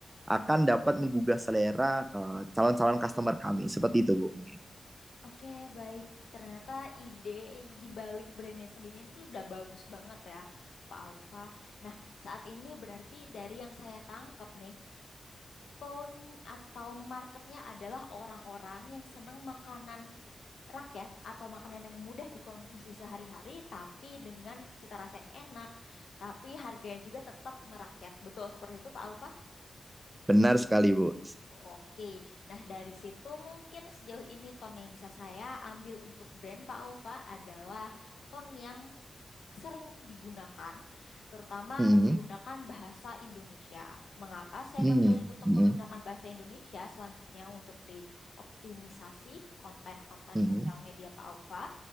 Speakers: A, on the right (about 15°); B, on the left (about 80°).
A: akan dapat menggugah selera eh, calon-calon customer kami. Seperti itu, Bu, mungkin.
B: Oke, baik. Ternyata ide di balik brandnya sendiri itu udah bagus banget ya, Pak Aufa. Nah, saat ini berarti dari yang saya tangkap nih, tone atau marketnya adalah orang-orang yang seneng makanan rakyat atau makanan yang mudah dikonsumsi sehari-hari, tapi dengan cita rasa yang enak, tapi harganya juga tetap merakyat. Betul seperti itu, Pak Aufa?
A: Benar sekali, Bu.
B: Oke, nah dari situ mungkin sejauh ini tone yang bisa saya ambil untuk brand Pak Alfa adalah tone yang sering digunakan, terutama
A: Hmm,
B: menggunakan bahasa Indonesia. Mengapa saya
A: hmm,
B: memilih untuk
A: hmm,
B: menggunakan bahasa Indonesia selanjutnya untuk dioptimisasi konten-konten
A: hmm,
B: sosial
A: hmm,
B: media Pak Alfa